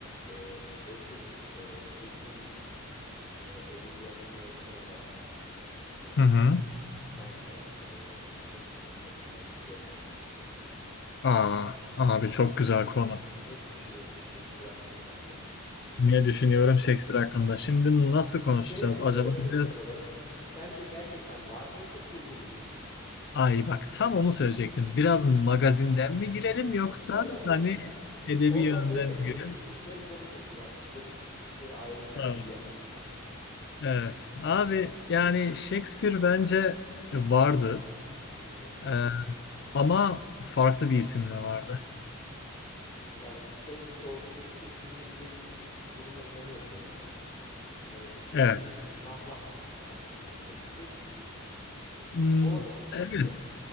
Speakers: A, on the left; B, on the left.
A: Ee, Özgür, e, bir İngiliz e, edebiyatı mezunu olarak e,
B: Hı hı.
A: senle e, Shakespeare konuşmak isterim açıkçası.
B: Aa, abi çok güzel konu.
A: Ne, ne düşünüyorsun Shakespeare hakkında?
B: Ne düşünüyorum Shakespeare hakkında? Şimdi nasıl
A: <laughs>
B: konuşacağız
A: Bir kere şöyle
B: acaba?
A: söyleyeyim,
B: Biraz...
A: soralım. Sence gerçekten var mıydı, kurgu muydu?
B: Ay bak tam onu söyleyecektim. Biraz magazinden mi girelim yoksa
A: Oradan girelim.
B: hani edebi
A: Oradan
B: yönden
A: girelim,
B: mi girelim?
A: işi, işlerini konuşuruz ya. İşleri, işleri ayrı bir
B: Tamam.
A: külliyat zaten ya.
B: Evet. Abi yani Shakespeare bence vardı.
A: Hı hı.
B: Ee, ama farklı bir isimle vardı.
A: Yani şeydeki o Shakespeare filmindeki gi- duruma inanıyorsun yani sen de. Hani bir şey
B: Evet.
A: kullandın. Mahlas aslında Shakespeare. Ee,
B: Hmm,
A: ola da bir de tabii
B: evet.
A: ki.